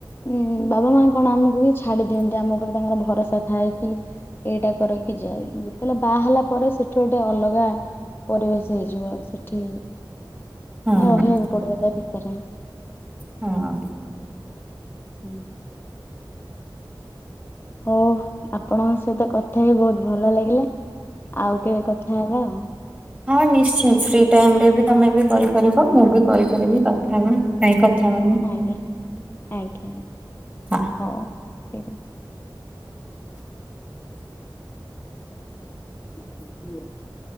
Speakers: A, on the left (about 25°); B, on the right (about 15°).
A: ଉୁଁ ବାବା ମା କଣ ଆମକୁ ହିଁ ଛାଡି ଦିଅନ୍ତି ଆମ ଉପରେ ତାଙ୍କର ଭରସା ଥାଏ କି। ଏଇଟା କରକି ଯାଏ ଯେତେବେଳେ ବାହା ହେଲା ପରେ ସେଠୁ ଗୋଟେ ଅଲଗା ପରିବେଶ। ହେଇଯିବ ଆଉ ସେଠି
B: ହଁ।
A: ରହିବାକୁ ପଡିବ ତା ଭିତରେ।
B: ହଁ।
A: ହୁ <unintelligible> ହଉ ଆପଣଙ୍କ ସହିତ କଥା ହେଇ ବହୁତ ଭଲ ଲାଗିଲା ଆଉ କେବେ କଥା ହବା ଆଉ।
B: ହଁ ନିଶ୍ଚୟ ଫ୍ରି ଟାଇମ ରେ ବି ତମେ ବି କଲ୍ କରିବ ମୁଁ ବି କଲ୍ କରିବି କଥା ହବାନି।
A: ଆଜ୍ଞା ଆଜ୍ଞା ଆଜ୍ଞା
B: ହଁ।
A: ହଉ ଠିକ ଅଛି। ହୁଁ <unintelligible>